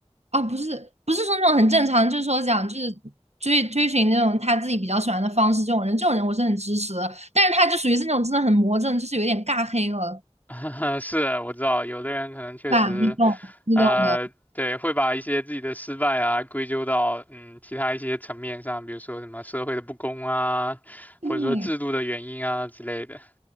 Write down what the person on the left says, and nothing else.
<laughs> 是，我知道有的人可能确实。
呃，对，会把一些自己的失败啊归咎到嗯其他一些层面上，比如说什么社会的不公啊，
或者说制度的原因啊之类的，